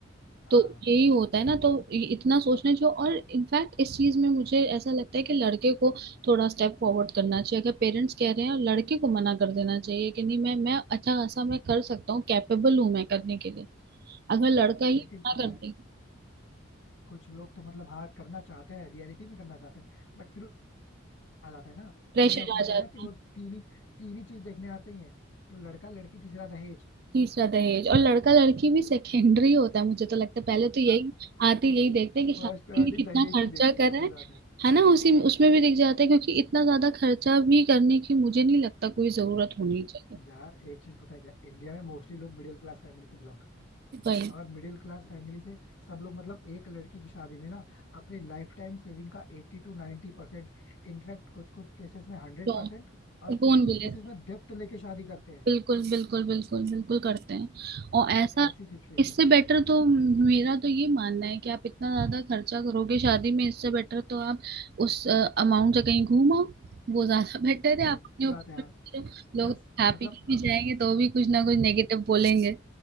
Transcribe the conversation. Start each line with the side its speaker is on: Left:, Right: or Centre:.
Left: हाँ
Right: तो यही होता है ना तो इ- इतना सोचना चाहिए और इनफैक्ट इस चीज में मुझे ऐसा लगता है कि लड़के को थोड़ा स्टेप फॉरवर्ड करना चाहिए अगर पेरेंट्स कह रहे हैं और लड़के को मना कर देना चाहिए कि नहीं मैं मैं अच्छा खासा मैं कर सकता हूँ कैपेबल हूँ मैं करने के लिए अगर लड़का ही
Left: लेकिन पता
Right: मना कर दे
Left: है कुछ लोग तो मतलब हाँ करना चाहते हैं रियलिटी में करना चाहते हैं बट फिर आ जाता है ना तो
Right: प्रेशर
Left: मैंने आपको बताया
Right: आ जाता
Left: ना कि वो
Right: है
Left: तीन ही तीन ही चीज देखने आते ही हैं तो लड़का लड़की तीसरा दहेज
Right: तीसरा दहेज और लड़का लड़की भी सेकेंडरी होता है मुझे तो लगता है पहले तो यही
Left: <laughs>
Right: आते यही देखते हैं कि
Left: फर्स्ट
Right: शादी
Left: प्रायोरिटी
Right: में कितना
Left: दहेज
Right: खर्चा
Left: ही देखते
Right: कर
Left: हैं सही
Right: रहा है
Left: बात है
Right: है ना उसी उसमें भी दिख जाता है क्योंकि इतना ज्यादा खर्चा भी करने की मुझे नहीं लगता कोई जरूरत होनी चाहिए
Left: यार एक चीज पता है क्या इंडिया में मोस्टली लोग मिडिल क्लास फैमिली से बिलोंग करते हैं
Right: वही
Left: और मिडिल क्लास फैमिली से सब लोग मतलब एक लड़की की शादी में ना अपनी लाइफ टाइम सेविंग का 80 टू 90 परसेंट इनफैक्ट कुछ कुछ केसेस में हंड्रेड
Right: तो
Left: परसेंट और
Right: लोन
Left: कुछ कुछ
Right: भी
Left: केसेस
Right: लेते
Left: में
Right: हैं
Left: डेप्थ लेके शादी करते हैं
Right: बिल्कुल बिल्कुल बिल्कुल बिल्कुल करते हैं और ऐसा
Left: मतलब ऐसी सिचुएशन
Right: इससे
Left: है
Right: बेटर तो मेरा तो ये मानना है कि आप इतना ज्यादा खर्चा करोगे शादी में इससे बेटर तो आप उस अमाउंट से कहीं घूम आओ वो ज्यादा <laughs> बेटर है
Left: सही
Right: आप अपने
Left: बात
Right: ऊपर
Left: है यार
Right: करो। लोग
Left: यार
Right: हैप्पी
Left: मतलब
Right: भी जाएंगे तो भी कुछ ना कुछ नेगेटिव बोलेंगे